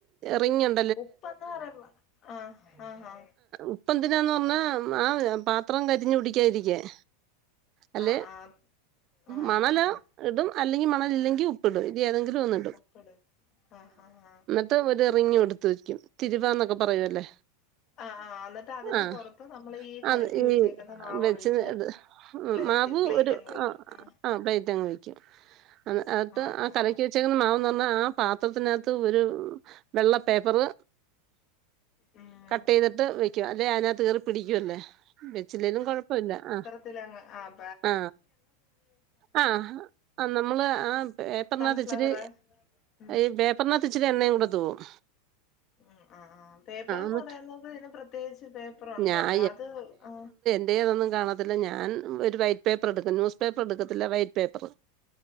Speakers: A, on the right; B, on the left.
A: റിങ്ങ് <inaudible>
B: ഉപ്പെന്ന് പറയുമ്പോ ആഹ് ആഹ് ആഹ്
A: ഉപ്പെന്തിനാന്നു പറഞ്ഞാ ആ പാത്രം കരിഞ്ഞു പിടിക്കാതിരിക്കാൻ അല്ലേ
B: ആഹ് ആഹ് ആഹ്
A: മണലോ
B: ആഹ്
A: ഇടും അല്ലെങ്കി മണലില്ലെങ്കി ഉപ്പിടും ഇത് ഏതെങ്കിലും ഒന്നി
B: ഉപ്പിടും ആ ഹാ ഹാ
A: ന്നിട്ട് ഒരു റിങ്ങും എടുത്തുവയ്ക്കും തിരുവാന്നൊക്കെ പറയുവല്ലോ
B: ആഹ് ആഹ് എന്നിട്ട് അതിന്റെ
A: ആ
B: പുറത്ത് നമ്മൾ ഈ കലക്കി
A: അത് ഈ
B: വെച്ചേക്കുന്ന മാവ്
A: വെച്ചത്
B: ഒഴിച്ച്
A: അത്
B: പ്ലേറ്റ്
A: ഉം മാവു
B: പ്ലേറ്റ്
A: ഒരു
B: അങ്ങ് വെക്കും
A: ആ
B: ആഹ്
A: ആ പ്ലേറ്റ് അങ്ങുവെക്കും അത്
B: ആഹ്
A: ആ
B: ആഹ്
A: കലക്കി
B: ആഹ്
A: വെച്ചെക്കുന്ന മാവെന്ന് പറഞ്ഞാ ആ പാത്രത്തിനകത്ത് ഒരു വെള്ള പേപ്പറ്
B: ഉം
A: കട്ട്ചെയ്തിട്ട് വെയ്ക്കും അല്ലേ അതിനകത്ത് കേറിപിടിക്കുവല്ലേ വെച്ചില്ലേലും കൊഴപ്പമില്ല ആ
B: <unintelligible> ആം
A: ആ ആ ആ നമ്മള് ആ പേപ്പറിനകത്ത്
B: സൺഫ്ലവർ
A: ഇച്ചിരി
B: ഉം
A: ഈ പേപ്പറിനകത്ത് ഇച്ചിരി എണ്ണയും കൂടെ തൂകും
B: ഉം ആ ആ പേപ്പറെന്നുപറയുന്നത്
A: എന്നിട്ട്
B: ഇതിന്പ്രത്യേകിച്ച് പേപ്പറൊണ്ടല്ലോ
A: ഞാൻ
B: അത് ആ
A: എന്റെ കയ്യിലൊന്നും കാണത്തില്ല ഞാൻ ഒരു വൈറ്റ്പേപ്പർ എടുക്കും ന്യൂസ് പേപ്പർ എടുക്കത്തില്ല വൈറ്റ്പേപ്പറ്